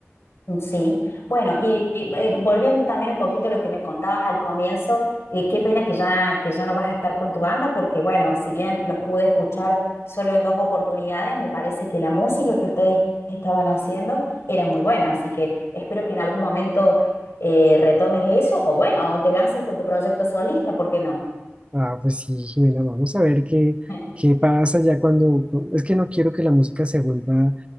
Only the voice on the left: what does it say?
Sí, bueno, y, y, eh, volviendo también un poquito a lo que me contabas al comienzo, eh, qué pena que ya, que ya no vas a estar con tu banda, porque bueno, si bien los pude escuchar solo en dos oportunidades, me parece que la música que ustedes estaban haciendo era muy buena, así que espero que en algún momento eh, retomes eso, o bueno, o te lances con tu proyecto solista, ¿por qué no?
<laughs>